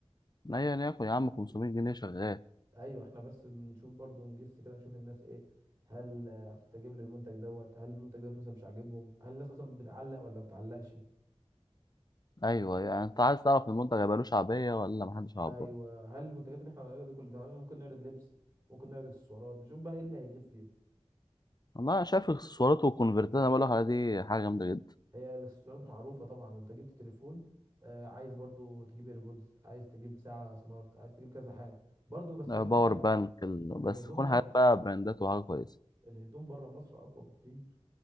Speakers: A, on the left; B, on the right.
A: ايا ياكل يا عم 500 جنيه شغال
B: ايوه احنا بس بنشوف برضو نجس كده نشوف الناس ايه هل آه، هتستجيب للمنتج دوت هل المنتج دوت مثلا مش عاجبهم هل الناس اصلا بتعلق ولا ما بتعلقش
A: ايوه يعني انت عايز تعرف المنتج هيبقى له شعبية ولا محدش هيعبره
B: ايوه هل المنتجات اللي احنا هنعرضها دي كلها تمام ممكن نعرض لبس ممكن نعرض اكسسوارات نشوف بقى ايه اللي هيجيب فيهم
A: والله انا شايف اكسسوارات والكونفرتات انا بقول لك عليها دي حاجة جامدة جدا
B: هي الاكسسوارات معروفه طبعا انت جبت تليفون آه عايز برضو تجيب ايربودز عايز تجيب ساعه سمارت عايز تجيب كذا حاجه برضو بس
A: باور
B: اقول لك حاجه
A: بانك ال-
B: الهدوم
A: بس تكون
B: اقوى
A: حاجات بقى براندات وحاجة كويسة
B: الهدوم بره مصر اقوى بكتير